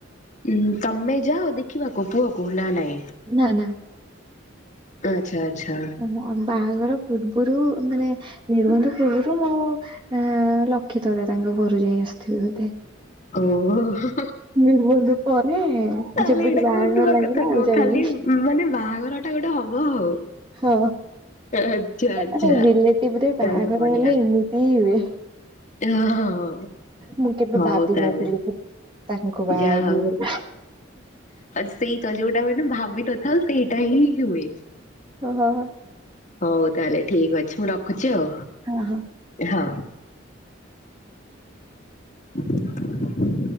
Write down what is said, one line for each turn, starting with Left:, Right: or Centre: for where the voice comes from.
Left: ଉନ୍ ତମେ ଯାଅ ଦେଖିବାକୁ ପୁଅକୁ ନା ନାଇଁ?
Right: ନା ନା।
Left: ଆଚ୍ଛା ଆଚ୍ଛା।
Right: ଓ ବାହାଘର ପୂର୍ବରୁ ମାନେ ନିବନ୍ଧ ପୂର୍ବରୁ ଆ ଲକ୍ଷେ ତରା ତାଙ୍କ ଘରୁ ଯାଇ ଆସିଥିଲୁ ବୋଧେ।
Left: ଓହୋ ହୋ
Right: ନିବନ୍ଧ ପରେ
Left: ତାହେଲେ
Right: ଯେବେଠୁ
Left: ଏଇଟାକୁ
Right: ବାହାଘର
Left: ନୁଆ
Right: ଲାଗିଲା
Left: କଥା
Right: ଆଉ
Left: ନୁହଁ
Right: ଯାଇନି।
Left: ଖାଲି ମାନେ ବାହାଘର ଟା ଗୋଟେ ହବ ଆଉ।
Right: ହଁ
Left: ଆଚ୍ଛା
Right: ଆ
Left: ଆଚ୍ଛା
Right: ଲିଲେଟିଭରେ
Left: ତାହେଲେ
Right: ବାହାଘର
Left: ତ ବଢିଆ।
Right: ହେଲେ ଏମିତି ହିଁ ହୁଏ।
Left: ହଁ
Right: ମୁଁ କେବେ
Left: ହଉ
Right: ଭାବି
Left: ତାହେଲେ
Right: ନଥିଲି କି ତାଙ୍କୁ ବାହା
Left: ଯାହା
Right: ହେବିି
Left: ହଉ
Right: ବୋଲି।
Left: ସେଇ ତ ଯୋଉଟା ମାନେ ଭାବିନଥାଉ ସେଇଟା ହିଁ ହୁଏ।
Right: ଓହୋ ହୋ।
Left: ହଉ ତାହେଲେ ଠିକ୍ ଅଛି ମୁଁ ରଖୁଛି ଆଉ।
Right: ହଁ ହଉ।
Left: ହଉ। <inaudible>